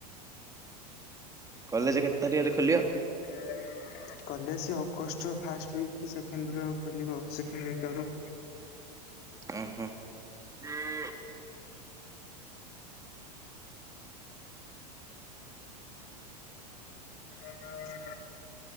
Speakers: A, on the right; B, on the left.
A: କଲେଜ କେତେ ତାରିଖରେ ଖୋଲିବ।
B: ହୁଁ କଲେଜ ସେଇ ଅଗଷ୍ଟ ଫାଷ୍ଟ ଓଇକି କି ସେକେଣ୍ଡ ରେ ଖୋଲିବ ସେକେଣ୍ଡ ଉଇକ୍ ଆଡକୁ।
A: ଉଁ ହୁଁ।
B: ହ ସେ